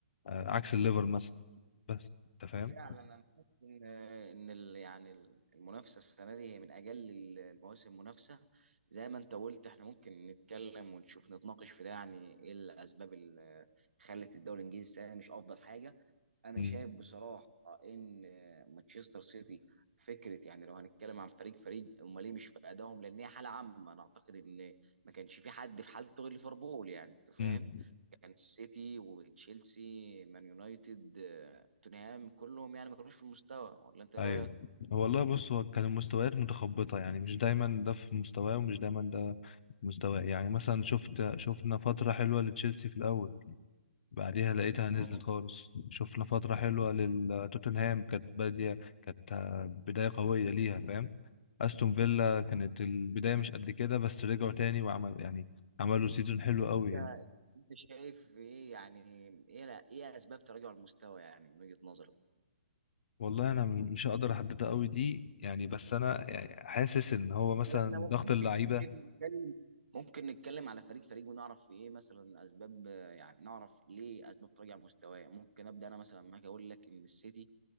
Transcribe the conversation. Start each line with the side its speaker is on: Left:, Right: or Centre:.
Left: آه، عكس الليفر مثلا
Right: الانجليزي
Left: بس أنت فاهم؟
Right: فعلا انا حاسس ان ان ال- يعني ال- المنافسه السنه دي هي من اجل ال- المواسم منافسه زي ما انت قلت احنا ممكن نتكلم ونشوف نتناقش في ده يعني ايه الاسباب اللي خلت الدوري الانجليزي السنه دي مش افضل حاجه انا
Left: مم.
Right: شايف بصراحه ان مانشستر سيتي فكره يعني لو هنتكلم عن فريق فريق امال ليه مش في ادائهم لان هي حاله عامه انا اعتقد ان ما كانش في حد في حالته غير ليفربول يعني انت فاهم
Left: مم.
Right: كان السيتي وتشيلسي مان يونايتد آه، توتنهام كلهم يعني ما كانوش في المستوى ولا انت إيه
Left: ايوه
Right: رايك
Left: هو والله بص هو كان المستويات متخبطه يعني مش دايما ده في مستواه ومش دايما ده في مستواه يعني مثلا شفت شفنا فتره حلوه لتشيلسي في الاول بعديها لقيتها نزلت
Right: اه
Left: خالص شفنا فتره حلوه لتوتنهام كانت باديه كانت بدايه قويه ليها فاهم استون فيلا كانت البدايه مش قد كده بس رجعوا تاني وعمل يعني عملوا سيزون حلو
Right: طب
Left: قوي
Right: انت
Left: يعني.
Right: انت شايف ايه يعني ايه لا ايه اسباب تراجع المستوى يعني من وجهة نظرك
Left: والله انا مش هقدر احددها قوي دي يعني بس انا يعني حاسس ان هو مثلا
Right: يعني احنا ممكن
Left: ضغط اللعيبه
Right: ممكن نتكلم ممكن نتكلم على فريق فريق ونعرف ايه مثلا اسباب آه، يعني نعرف ليه اسباب تراجع مستواه ممكن ابدا انا مثلا معاك اقول لك ان السيتي